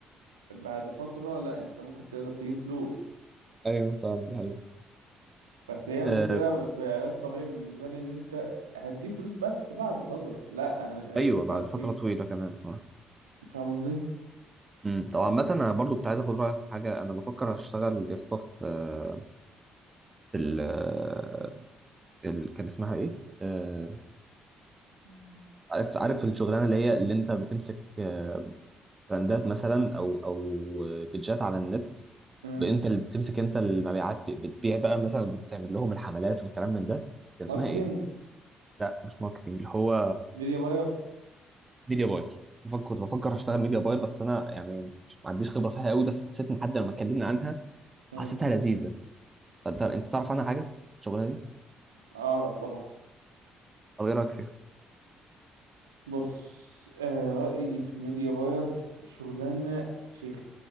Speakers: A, on the right (about 80°); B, on the right (about 25°).
A: بعد فتره لا انت ممكن تقدر تجيب فلوس
B: ايوه فعلا دي حقيقة
A: بس هي المشكله
B: آه،
A: في العلاج الطبيعي بالنسبه لي ان انت هتجيب فلوس بس بعد فتره لا انا أنا
B: ايوه
A: دلوقتي
B: بعد فتره طويله كمان اه
A: في فاهم قصدي
B: امم طب عامة انا برضو كنت عايز اخد رايك في حاجه انا بفكر اشتغل يا اسطى في آه، في ال آه، ال- كان اسمها ايه؟ آه،
A: مم.
B: عارف عارف الشغلانه اللي هي اللي انت بتمسك آه، براندات مثلا او او آه، بيدجات على النت
A: مم.
B: ب- انت اللي بتمسك انت المبيعات ب- بتبيع بقى مثلا بتعمل لهم الحملات والكلام من ده كان اسمها
A: ماركتينج
B: ايه؟ لا مش ماركتنج اللي هو
A: ميديا باير
B: ميديا باير بفكر كنت بفكر اشتغل ميديا باير بس انا يعني مش- ما عنديش خبره فيها قوي بس حسيت ان حد لما اتكلمنا عنها
A: مم.
B: حسيتها لذيذه فانت انت تعرف عنها حاجه الشغلانه دي؟
A: اعرف طبعا
B: او ايه رايك فيها؟
A: بص آه رايي في الميديا باير شغلانه فشيخ